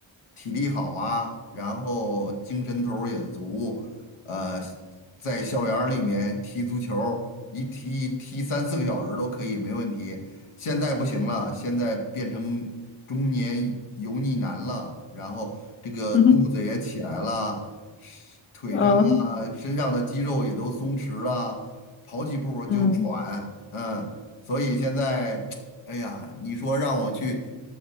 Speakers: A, on the left; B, on the left.
A: 体力好啊，然后精神头儿也足，呃，在校园儿里面踢足球儿一踢踢三四个小时都可以，没问题。现在不行了，现在变成中年油腻男了，然后这个肚子也起来了，
B: 嗯嗯。
A: 是腿上啊、
B: 嗯嗯
A: 身上的肌肉也都松弛了。跑几步就喘，
B: 嗯
A: 嗯，所以现在，哎呀，你说让我去